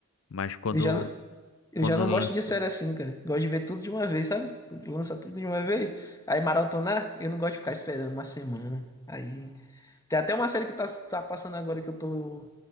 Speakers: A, on the left; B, on the left.
A: Mas quando
B: Eu já, não- eu
A: quando
B: já não
A: lança,
B: gosto de série assim, cara. Gosto de ver tudo de uma vez, sabe? Lança tudo de uma vez. Aí maratonar, eu não gosto de ficar esperando uma semana. Aí. Tem até uma série que tá, tá passando agora que eu tô